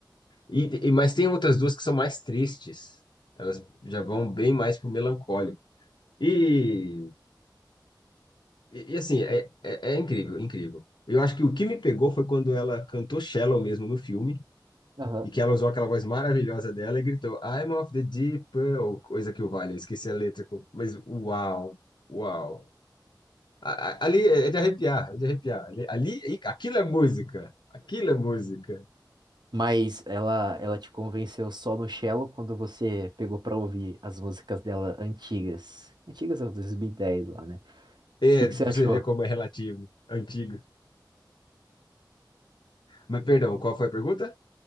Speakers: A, on the left (about 75°); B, on the right (about 65°).
A: E, e- mas tem outras duas que são mais tristes. Elas já vão bem mais pro melancólico. E, e, e, assim, é, é, é incrível, incrível. Eu acho que o que me pegou foi quando ela cantou Shallow mesmo no filme,
B: Aham.
A: e que ela usou aquela voz maravilhosa dela e gritou I'm of the deep purple, coisa que o vale, eu esqueci a letra, mas uau, uau. A- a- Ali é de arrepiar, é de arrepiar. Ali, ali, aquilo é música, aquilo é música.
B: Mas ela, ela te convenceu só no Shallow quando você pegou pra ouvir as músicas dela antigas. Antigas, ó, 2010 lá, né?
A: É,
B: que
A: pra
B: que você achou?
A: você ver como é relativo, antigo. Mas perdão, qual foi a pergunta?